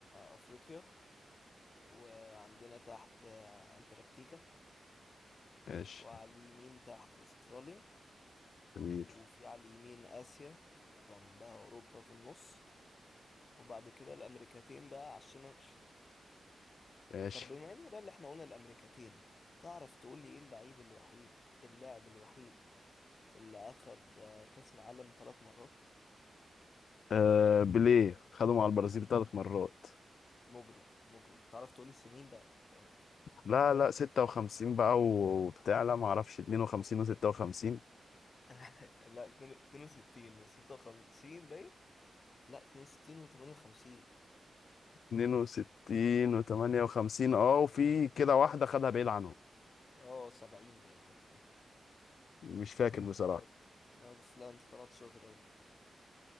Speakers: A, on the left; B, on the left.
A: أفريقيا وعندنا تحت آه، أنتاركتيكا
B: ماشي
A: وعلى اليمين تحت أستراليا
B: جميل
A: وفي على اليمين آسيا وجنبها أوروبا في النص وبعد كده الأمريكتين بقى على الشمال
B: ماشي
A: طب بما إن بقى اللي إحنا قلنا الأمريكتين تعرف تقول لي إيه اللعيب الوحيد اللاعب الوحيد اللي أخد آه، كأس العالم ثلاث مرات؟
B: آه... بيليه خدوا مع البرازيل
A: لا مجرم
B: ثلاث مرات
A: مجرم مجرم تعرف تقول لي السنين بقى ولا لا؟
B: لا لا 56 بقى وبتاع لا ما اعرفش 52 و56
A: <laughs> لا 62 و56 باين لا 62 و58
B: 62 و58 اه وفي كده واحدة خدها بعيد عنهم
A: اه 70 باين حاجة كده
B: مش فاكر بصراحة
A: لا بس لا بس لا انت طلعت شاطر اوي